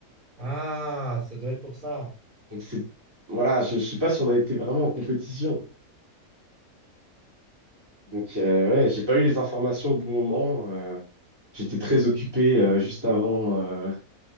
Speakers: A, on the right; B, on the right.
A: Ah, ça doit être pour ça.
B: Donc c'est, voilà, je, je sais pas si on a été vraiment en compétition. Donc euh, ouais, j'ai pas eu les informations au bon moment. euh, j'étais très occupé euh, juste avant, euh,